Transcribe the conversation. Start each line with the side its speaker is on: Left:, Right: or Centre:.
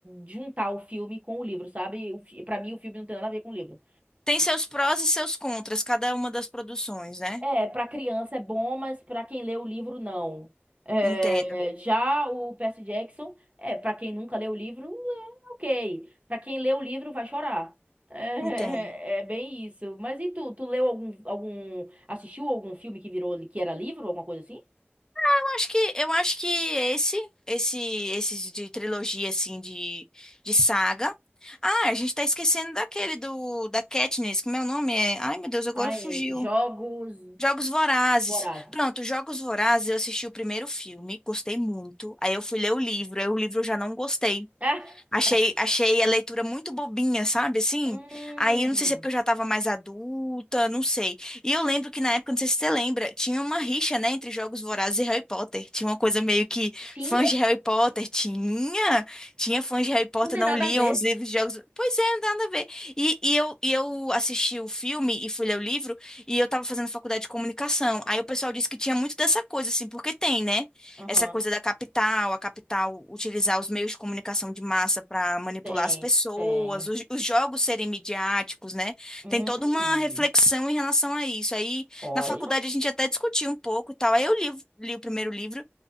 Right: juntar o filme com o livro, sabe? O fi- Pra mim, o filme não tem nada a ver com o livro.
Left: Tem seus prós e seus contras, cada uma das produções, né?
Right: É, para criança é bom, mas para quem lê o livro, não. É,
Left: Entendo,
Right: já o Percy Jackson, é, para quem nunca leu o livro, é ok. Para quem lê o livro, vai chorar. <laughs> É,
Left: entendo.
Right: é é bem isso. Mas e tu? Tu leu algum, algum, assistiu algum filme que virou, que era livro, alguma coisa assim?
Left: Ah, Eu acho que, eu acho que esse, esse, esses de trilogia, assim, de, de saga. Ah, a gente tá esquecendo daquele do, da Katniss, que meu nome é. Ai, meu Deus, agora
Right: Ai,
Left: fugiu.
Right: Jogos
Left: Jogos Vorazes.
Right: Vorazes.
Left: Pronto, Jogos Vorazes, eu assisti o primeiro filme, gostei muito. Aí eu fui ler o livro, aí o livro eu já não gostei.
Right: <laughs>
Left: Achei, achei a leitura muito bobinha, sabe? Assim,
Right: É?
Left: aí eu não
Right: Hum.
Left: sei se é porque eu já estava mais adulta, não sei. E eu lembro que na época, não sei se você lembra, tinha uma rixa, né, entre Jogos Vorazes e Harry Potter. Tinha uma coisa meio que
Right: Tinha?
Left: fãs de Harry Potter. Tinha, tinha fãs de Harry Potter,
Right: Não tem
Left: não
Right: nada
Left: liam
Right: a ver.
Left: os livros de Jogos. Pois é, não dá nada a ver. E, e eu, e eu assisti o filme e fui ler o livro, e eu tava fazendo faculdade de comunicação. Aí o pessoal disse que tinha muito dessa coisa, assim, porque tem, né?
Right: Aham,
Left: essa coisa da capital, a capital utilizar os meios de comunicação de massa para manipular
Right: Tem,
Left: as pessoas,
Right: tem.
Left: os, os jogos serem midiáticos, né?
Right: Hum.
Left: Tem toda uma reflexão em relação a isso. Aí,
Right: Olha.
Left: na faculdade, a gente até discutiu um pouco e tal. Aí eu li, li o primeiro livro,